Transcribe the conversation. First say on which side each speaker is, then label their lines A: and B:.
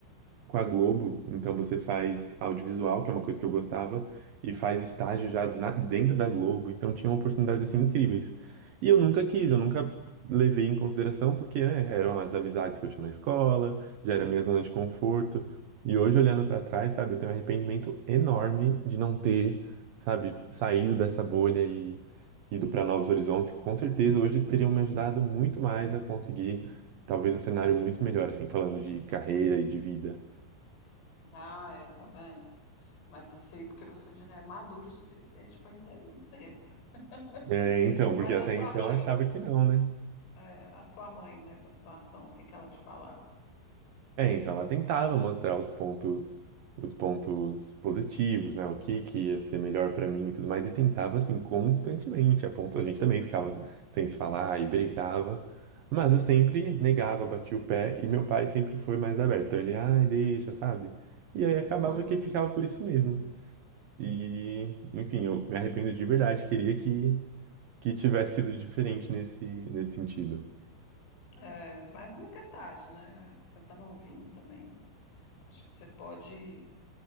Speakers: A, on the right; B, on the left.
A: com a Globo, então você faz audiovisual, que é uma coisa que eu gostava, e faz estágio
B: Hum.
A: já na- dentro da Globo, então tinha oportunidades assim incríveis. E eu nunca quis, eu nunca levei em consideração porque, né, eram as amizades que eu tinha na escola, já era a minha zona de conforto. E hoje olhando pra trás, sabe, eu tenho um arrependimento enorme de não ter, sabe, saído dessa bolha e ido para novos horizontes, que com certeza hoje teriam me ajudado muito mais a conseguir talvez um cenário muito melhor assim, falando de carreira e de vida.
B: Ah, é, tá vendo? Mas isso aí porque você já é maduro o suficiente para entender. <laughs>
A: É, então,
B: Mas
A: porque até
B: a sua
A: então
B: mãe,
A: eu achava que não, né?
B: é, a sua mãe nessa situação, o que que ela te falava?
A: É, então ela tentava mostrar os pontos, os pontos positivos, né? O que que ia ser melhor pra mim e tudo mais, e tentava assim constantemente, a ponto a gente também ficava sem se falar e brigava, mas eu sempre negava, batia o pé e meu pai sempre foi mais aberto. Então ele, ai, deixa, sabe? E aí acabava
B: Uhum.
A: que ficava por isso mesmo. E, enfim, eu me arrependo de verdade, queria que que tivesse sido diferente nesse nesse sentido.
B: É, mas nunca é tarde, né? Você tá novinho também. Acho que você pode